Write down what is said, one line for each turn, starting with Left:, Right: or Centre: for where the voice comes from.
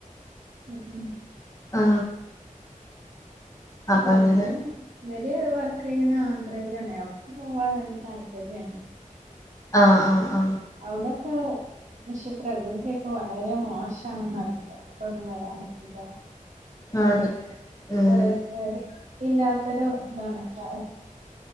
Right: <unintelligible>
Left: ആ അപ്പൊ
Right: പിന്നെ
Left: അങ്ങനെ
Right: ഇവര് വർക്ക് ചെയ്യണ ആന്ധ്രയിലാണെ അവർക്ക് പോവാൻ താല്പര്യണ
Left: ആ ആ ആ
Right: അവിടൊക്കെ പക്ഷേ പ്രകൃതിയൊക്കെ വളരെ മോശണന്നറിയില്ല അങ്ങിട്ടൊന്നും വരാൻ പറ്റൂല്ല
Left: ആണ് ഉം
Right: <inaudible> ഇല്ലാത്തൊരു ഇതാണ് കാ